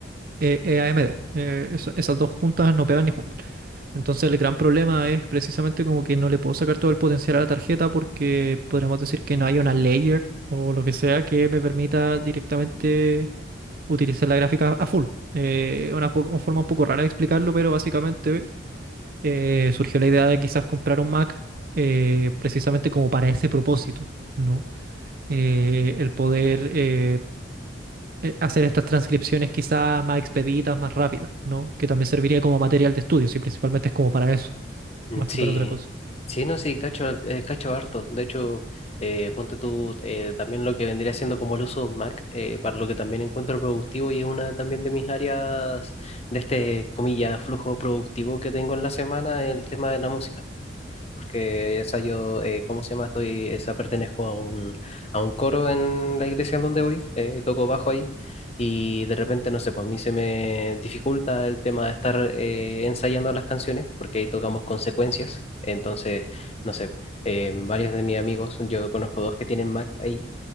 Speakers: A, on the right; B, on the left.
A: eh, es AMD. Eh, eso- esas dos juntas no pegan ni juntas. Entonces el gran problema es precisamente como que no le puedo sacar todo el potencial a la tarjeta porque podremos decir que no hay una layer o lo que sea que me permita directamente utilizar la gráfica a full. Eh, una, po- una forma un poco rara de explicarlo, pero básicamente eh, surgió la idea de quizás comprar un Mac eh, precisamente como para ese propósito, ¿no? Eh, el poder eh, eh, hacer estas transcripciones quizás más expeditas, más rápidas, ¿no? Que también serviría como material de estudio, si principalmente es como para eso,
B: Mm,
A: más
B: Sí,
A: que para otra cosa.
B: sí, no, sí, cacho, al- eh, cacho harto. De hecho, eh, ponte tú eh, también lo que vendría siendo como el uso Mac, eh, para lo que también encuentro productivo y es una también de mis áreas de este, comillas, flujo productivo que tengo en la semana, el tema de la música porque esa yo, eh, ¿cómo se llama? Estoy, esa pertenezco a un, a un coro en la iglesia en donde voy, eh, toco bajo ahí, y de repente, no sé, para mí se me dificulta el tema de estar eh, ensayando las canciones, porque ahí tocamos consecuencias, entonces, no sé, eh, varios de mis amigos, yo conozco dos que tienen Mac ahí,